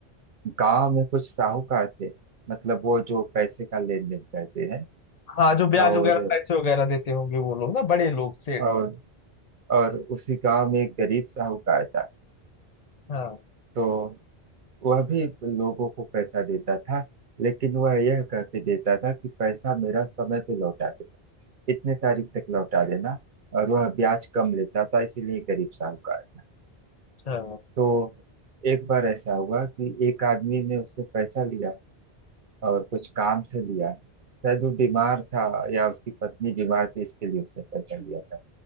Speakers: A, on the right; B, on the left.
A: गांव में कुछ साहूकार थे मतलब वो जो पैसे का लेन देन करते हैं
B: हाँ जो ब्याज
A: और
B: वगैरह पैसे वगैरह देते होंगे वो लोग ना बड़े लोग सेठ
A: और और उसी गांव में एक गरीब साहूकार था
B: हाँ
A: तो वह भी लोगों को पैसा देता था लेकिन वह यह कह के देता था कि पैसा मेरा समय पे लौटा देगा इतने तारीख तक लौटा देना और वह ब्याज कम लेता था इसीलिए गरीब साहूकार था
B: अच्छा
A: तो एक बार ऐसा हुआ कि एक आदमी ने उससे पैसा लिया और कुछ काम से लिया शायद वो बीमार था या उसकी पत्नी बीमार थी इसके लिए उसने पैसा लिया था